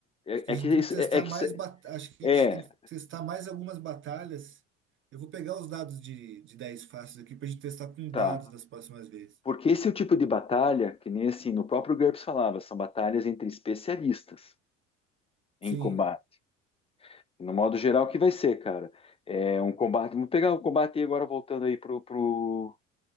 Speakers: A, on the left; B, on the right.
A: é,
B: Acho que a
A: é
B: gente
A: que, isso-
B: tem que testar
A: é, é que
B: mais, bat- acho que
A: É,
B: a gente tem que testar mais algumas batalhas. Eu vou pegar os dados de, de 10 fáceis aqui pra gente testar com dados
A: tá.
B: das próximas vezes.
A: Porque esse é o tipo de batalha que nem assim, no próprio GURPS falava, são batalhas entre especialistas em
B: Sim,
A: combate. No modo geral, o que vai ser, cara? É um combate. Vamos pegar o combate aí agora voltando aí pro, pro,